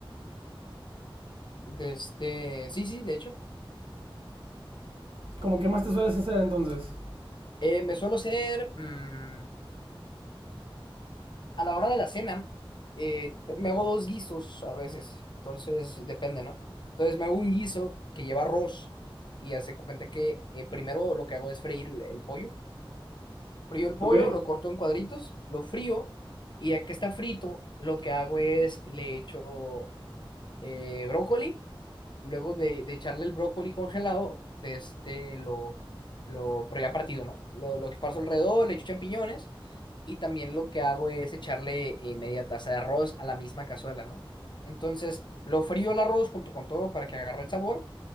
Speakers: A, on the left; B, on the right.
A: De este, sí, sí, de hecho.
B: Como qué más te sueles hacer entonces,
A: Eh, me suelo hacer, mm, a la hora de la cena, eh, me hago dos guisos a veces, entonces depende, ¿no? Entonces me hago un guiso que lleva arroz y hace cuenta que eh, primero lo que hago es freír el, el pollo. Frío el pollo,
B: ¿ok?
A: lo corto en cuadritos, lo frío y ya que está frito, lo que hago es le echo eh, brócoli Luego de, de echarle el brócoli congelado, de este lo, lo, pero ya partido, ¿no? Lo, lo esparzo alrededor, le echo champiñones y también lo que hago es echarle eh, media taza de arroz a la misma cazuela, ¿no? Entonces, lo frío el arroz junto con todo para que agarre el sabor